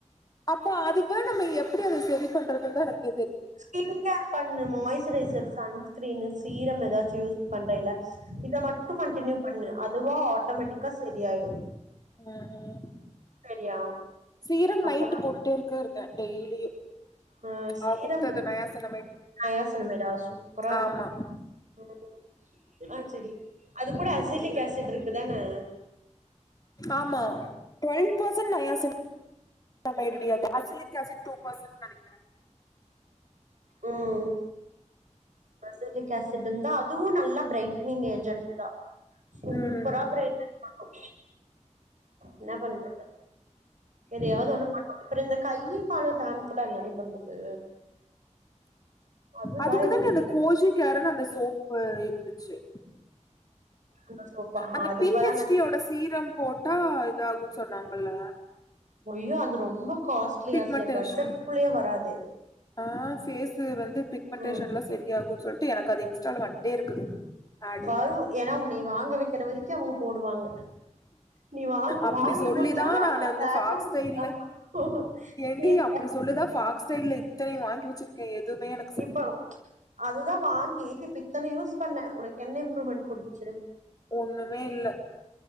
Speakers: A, on the left; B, on the right.
A: அப்ப அதுக்கு பதில் நம்ம எப்டி அத சரி பண்றது தா எனக்கு
B: ஸ்கின் கேர் பண்ணு மாய்ஸ்சுரைசர் சன்ஸ்கிரீனு சீரம் ஏதாச்சு யூஸ் பண்றேல இத மட்டு கண்டினியூ பண்ணு அதுவா ஆட்டோமேட்டிக்கா சரியாயிடு
A: ம் ம்
B: சரியா
A: சீரம்
B: அப்பதா
A: நைட்டு் போட்டுட்டே இருக்க இருக்கே டெய்லியு
B: ஆ சீரம்
A: அவ குடுத்தது நயாசனமைடு
B: நயாசின்னமைடா சூப்பரா இருக்கு
A: ஆமா
B: ம் ஆ செரி அது கூட அசிலிக் ஆசிட் இருக்குதானே
A: ஆமா டுவெல் பர்சன்ட் நயாசின்னமைட் டி அது அசிலிக் ஆசிட் டூ பர்சன்ட் நெனைக்கிறே
B: ம் அசிலிக் ஆசிடு தா அ அதுவு நல்லா பிரைட்டனிங் ஏஜென்ட் தா சூப்பரா
A: ம்
B: பிரைட்டன் பண்ணு என்ன பண்ற எதையாவது ஒண்ணு பண்ணு அப்றோ இந்த கையு காலு டேன்க்கல்லா என்னடி பண்றது அதுதா
A: அதுக்குதாண்டி
B: இப்போ
A: அந்த கோஜிக் கேர்ன்னு அந்த சோப்பு இருந்துச்சு
B: அந்த சோஃபா
A: அந்த
B: அதுக்குபதா
A: பி ஹெச்
B: நா
A: டி யோட சீரம் போட்டா இதாகுன்னு சொன்னாங்கல்ல
B: ஐயோ அது ரொம்ப காஸ்ட்லியாச்சே
A: பிக்மெண்டேஷன்
B: பட்ஜெட்குள்ளேயே வராதே
A: ஆ பேஸு வந்து பிக்மெண்டடேஷன்
B: ம்
A: எல்லா சரியாகுனு சொல்ட்டு எனக்கு அது இன்ஸ்டால்ல வன்டே இருக்குது ஆடு
B: வரு ஏன்னா உன்னைய வாங்க வைக்கிற வரைக்கு அவங்க போடுவாங்க நீ வாங்கி
A: அப்டி
B: வாங்கி
A: சொல்லிதா
B: முடிச்சோனே
A: நா
B: அப்புறோ
A: னு அந்த
B: ஆடே
A: ஃபாக்ஸ்
B: உனக்கு
A: ஸ்டைல்ல
B: இல்லாம போகு
A: ஏடி
B: இல்ல
A: அப்டி சொல்லிதா ஃபாக்ஸ் ஸ்டைல இத்தனை வாங்கி வச்சிருக்க எதுமே எனக்
B: இப்ப அதுதா வாங்கி இப்ப இத்தன யூஸ் பண்ண உனக்கு என்ன இம்ப்ரூவ்மெண்ட் கொடுத்துச்சு
A: ஒண்ணுமே இல்ல